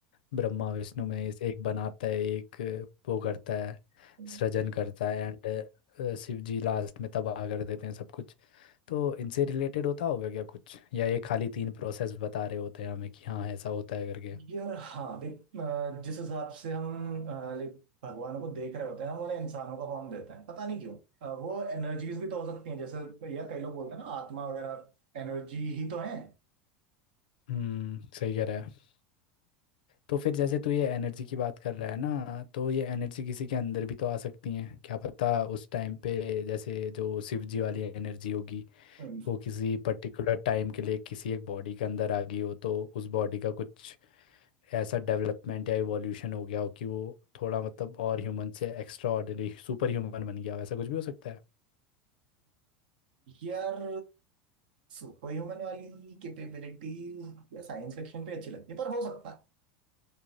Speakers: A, on the left; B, on the right.
A: ब्रह्मा विष्णु महेश एक बनाता है एक अ, वो करता है
B: हम्म।
A: सृजन करता है एंड शिव जी लास्ट में तबाह कर देते हैं सब कुछ तो इनसे रिलेटेड होता होगा क्या कुछ या ये खाली तीन प्रोसेस बता रहे होते हैं हमें कि हाँ ऐसा होता है करके
B: यार हाँ देख अ, जिस हिसाब से हम लाइक भगवानों को देख रहे होते हैं हम उन्हें इंसानों का फॉर्म देते हैं पता नहीं क्यों अ, वो एनर्जीज भी तो हो सकती हैं जैसे यार कई लोग बोलते हैं ना आत्मा वगैरह एनर्जी ही तो है
A: हम्म सही कह रहा है तो फिर जैसे तू ये एनर्जी की बात कर रहा है ना तो ये एनर्जी किसी के अंदर भी तो आ सकती है क्या पता उस टाइम पे जैसे जो शिव जी वाली एनर्जी होगी
B: हम्म,
A: वो किसी पर्टिकुलर टाइम के लिए किसी एक बॉडी के अंदर आ गई हो तो उस बॉडी का कुछ ऐसा डेवलपमेंट या इवोल्यूशन हो गया हो कि वो थोड़ा मतलब और ह्यूमन से एक्स्ट्रा ऑर्डिनरी सुपर ह्यूमन बन गया हो ऐसा कुछ भी हो सकता है
B: यार सुपर ह्यूमन वाली कैपेबिलिटीज या साइंस फिक्शन पे अच्छी लगती है पर हो सकता है